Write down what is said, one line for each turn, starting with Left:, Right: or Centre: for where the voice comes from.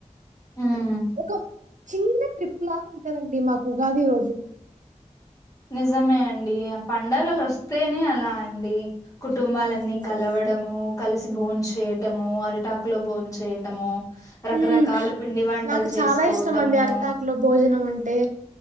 Left: హ్మ్.
Right: ఎకో చిన్న ట్రిప్ లాగా ఉంటదండి మాకు ఉగాది రోజు
Left: నిజమే అండి ఆ పండగలు వస్తేనే అలా అండి కుటుంబాలన్నీ
Right: అవునవును
Left: కలవడము కలిసి భోన్ చేయటము అరిటాకు లో బోన్ చేయటము రకరకాల
Right: ఉమ్
Left: పిండి వంటలు
Right: నాకు
Left: చేసుకోవటము
Right: చాలా ఇష్టం అండి అరిటాకులో భోజనం అంటే